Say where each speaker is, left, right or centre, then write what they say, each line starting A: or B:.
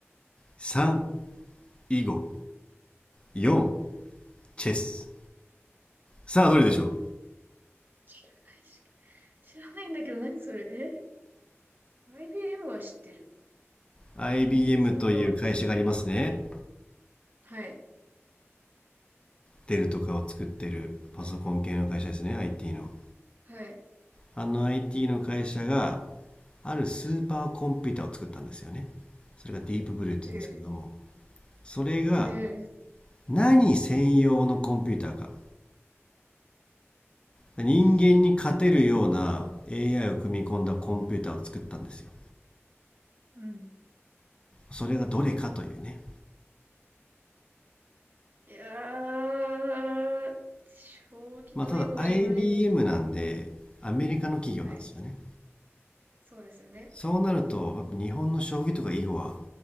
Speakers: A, on the left (about 25°); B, on the right (about 45°).
A: 3、囲碁。4、チェス。さあ、どれでしょう
B: 知らないし、知らないんだけど、何それえ ?IBM は知ってる。
A: ?IBM
B: 数か、
A: という会社がありますね。
B: 数か。はい。
A: デルとかを作ってるパソコン系の会社ですね。IT の。
B: はい。
A: あの IT の会社があるスーパーコンピューターを作ったんですよね。それがディープブルーって言うんですけれども、
B: ええ、
A: それが
B: ええ。
A: 何専用のコンピューターか。人間に勝てるような
B: 知らねえ。
A: AI を組み込んだコンピューターを作ったんですよ。
B: うん。
A: それがどれかというね。
B: いやー、将棋と囲碁じゃないことは、
A: まあただ IBM なんでアメリカの企業なんですよね。
B: はい。そうですよね。
A: そうなると日本の将棋とか囲碁は